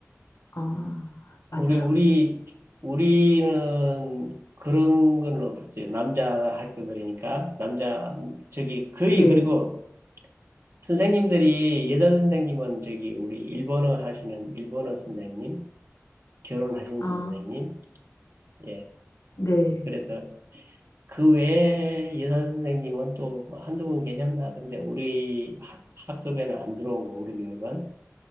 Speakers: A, on the left; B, on the right.
A: 아, 맞아요.
B: 우리 우리 우리는 그런 건 없었어요. 남자 학교 들이니까 남자 저기 거의
A: 예.
B: 그리고 선생님들이 여자 선생님은 저기 우리 일본어 하시는 일본어 선생님, 결혼하신
A: 아,
B: 선생님, 예.
A: 네.
B: 그래서 그 외에 여자 선생님은 또 뭐 한두 분 계셨나? 근데 우리 학- 학급에는 안 들어오고 우리 교육은